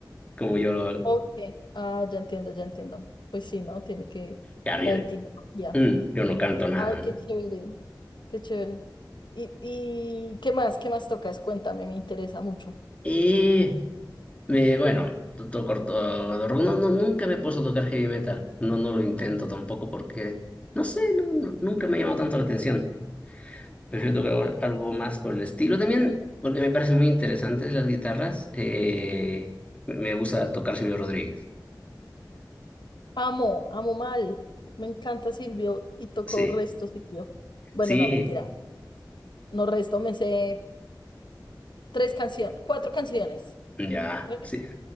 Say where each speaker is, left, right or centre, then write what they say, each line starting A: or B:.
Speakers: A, on the left (about 15°); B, on the left (about 80°).
A: Como yo,
B: Ok, ah, ya entiendo, ya entiendo. Pues sí, ¿no? Tiene que
A: claro,
B: la
A: yo,
B: etimología.
A: mm, yo no canto nada,
B: Ay,
A: ¿no?
B: qué chévere, qué chévere. ¿Y, y qué más? ¿Qué más tocas? Cuéntame, me interesa mucho.
A: Y eh, bueno, to- toco ortorrumbo. No, no, nunca me he puesto a tocar heavy metal. No, no lo intento tampoco porque, no sé, no, no- nunca me ha llamado tanto la atención. Prefiero tocar algo algo más por el estilo también, porque me parecen muy interesantes las guitarras. Eh, me me gusta tocar Silvio Rodríguez.
B: Amo, amo mal. Me encanta Silvio y tocó
A: Sí.
B: resto Silvio. Bueno,
A: Sí,
B: no, mentira. No resto, me sé tres canciones, cuatro canciones.
A: ya,
B: ¿Tres?
A: sí.